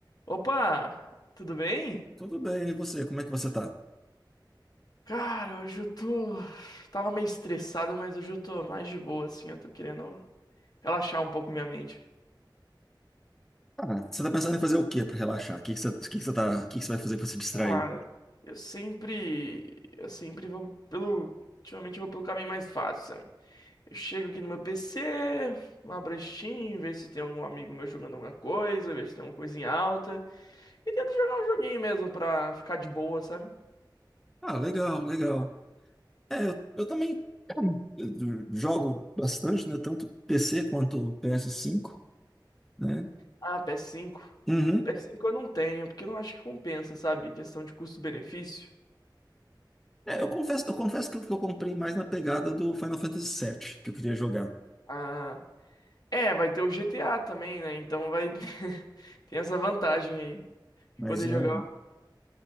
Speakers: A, on the left; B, in the centre.
A: Opa, tudo bem?
B: Tudo bem, e você? Como é que você tá?
A: Cara, hoje eu tô. Tava meio estressado, mas hoje eu tô mais de boa, assim. Eu tô querendo relaxar um pouco minha mente.
B: Ah, você tá pensando em fazer o quê pra relaxar? O que que você, o que que você tá, o que que você vai fazer pra se distrair?
A: Cara, eu sempre. Eu sempre vou pelo. Ultimamente eu vou pelo caminho mais fácil, sabe? Eu chego aqui no meu PC, abro a Steam, ver se tem algum amigo meu jogando alguma coisa, ver se tem alguma coisa em alta. E tento jogar um joguinho mesmo pra ficar de boa, sabe?
B: Ah, legal, legal. É, eu, eu também eu jogo bastante, né? Tanto PC quanto ps cinco né?
A: Ah, PS5.
B: Uhum.
A: ps cinco P S cinco eu não tenho, porque eu não acho que compensa, sabe? Questão de custo-benefício.
B: É, eu confesso, eu confesso que eu, que eu comprei mais na pegada do Final Fantasy VII, que eu queria jogar.
A: Ah, é, vai ter o GTA também, né? Então vai <laughs> tem essa vantagem aí de
B: Mas,
A: poder jogar.
B: ah,